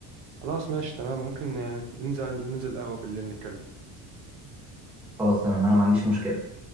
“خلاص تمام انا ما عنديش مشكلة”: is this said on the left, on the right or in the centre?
Centre